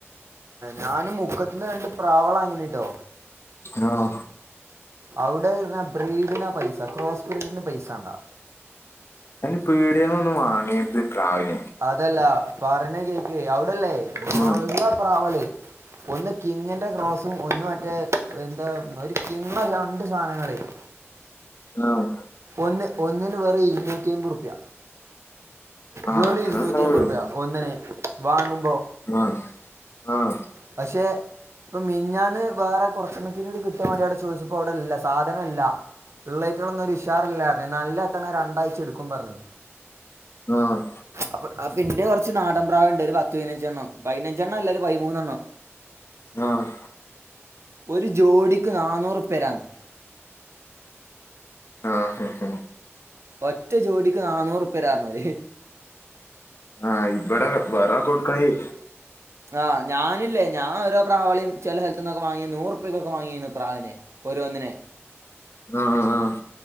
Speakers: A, on the right (about 70°); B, on the left (about 60°).
A: ഞാനും മുക്കത്തിന്ന് രണ്ട് പ്രാവുളെ വാങ്ങിട്ടോ
B: ആണോ
A: അവിടെന്ന്റഞ്ഞ ബ്രീഡിനാ പൈസ ക്രോസ് ബ്രീഡിന് പൈസണ്ടാ
B: അയിന് പീടേന്നൊന്നു വാങ്ങര്ത് പ്രാവിനെ
A: അതല്ല പറണ കേക്ക് അവിടല്ലേ
B: ആ
A: നല്ല പ്രാവള് ഒന്ന് കിങ്ങന്റെ ക്രോസും ഒന്ന് മറ്റേ എന്താ ഒരു കിങ്ങ രണ്ട് സാനങ്ങള് <inaudible>
B: ആഹ്
A: ഒന്ന് ഒന്നിന് വെറു ഇരുന്നൂറ്റിയിമ്പുറുപ്യ
B: ആ
A: വെറു
B: അത്ര
A: ഇരുന്നൂറ്റിയിമ്പുറുപിയ
B: ഉണ്ടാവുള്ളൂ
A: ഒന്നിനെ വാങ്ങുമ്പോ
B: ആഹ് ആഹ്
A: പശെ ഇപ്പൊ മിഞ്ഞാന്ന് വേറെ കൊറച്ചെണ്ണത്തിനൂടി കിട്ടാവേണ്ടി അടെ ചോയിച്ചപ്പോ അവിടെയല്ല സാധനില്ല ഇള്ളറ്റിലൊന്നരു ഒരു ഉഷാറില്ലായിരുന്നു നല്ലത്തണെ രണ്ടായ്ചഎടുക്കും പറഞ്ഞ്
B: ആഹ്
A: അപ്പ് പിന്റെ കൊറച്ച് ച്ച് നാടൻ പ്രാവുണ്ട് ഒരു പത്ത്പയിനഞ്ചെണ്ണം പയിനഞ്ചെണ്ണല്ല ഒരു പൈമൂന്നെണ്ണം
B: ആഹ്
A: ഒരു ജോഡിക്ക് നാന്നൂറുപരാന്ന്
B: ആഹ് അഹ് ആഹ്
A: ഒറ്റ ജോഡിക്ക് നന്നൂറുപ്പരാന്നർഞ്ഞോര്
B: ആഹ് ഇവിടെ വേറക്ക്കൊടുക്കായി
A: ആഹ് ഞനില്ലേ ഞാൻ ഓരോ പ്രാവളിയു ചെല സെൽത്തന്നൊക്കെ വാങ്ങിയ നൂറുപ്പക്കൊക്കെ വാങ്ങിയരുന്നു പ്രാവിനെ ഓരോന്നിനെ
B: ആഹ് ആഹ് ആഹ്